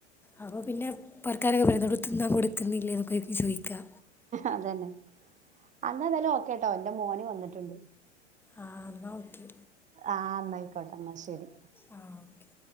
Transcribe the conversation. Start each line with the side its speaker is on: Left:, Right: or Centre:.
Centre: അപ്പൊ പിന്നെ പൊരക്കാരൊക്കെ പറയുന്നത് തിന്നാൻ കൊടുക്കുന്നില്ലേന്നൊക്കെ ആയിരിക്കും ചോയ്ക്ക.
Right: അതന്നെ. അന്ന എതയലും ഓക്കെട്ടോ ന്റെ മോന് വന്നിട്ടുണ്ട്.
Centre: ആ എന്നാൽ ഓക്കെ
Right: ആഹ് ഇന്നയ്ക്കോട്ടെന്ന ശരി.
Centre: ആ ഓക്കെ